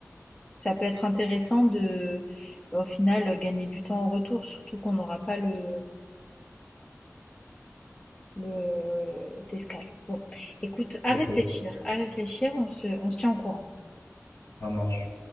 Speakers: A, on the left (about 20°); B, on the left (about 60°).
A: ça peut être intéressant de, bah, au final, euh, gagner du temps en retour, surtout qu'on n'aura pas le, le euh, d'escale. Bon, écoute, à
B: Ok,
A: réfléchir, à réfléchir, on se, on se tient au courant.
B: ça marche.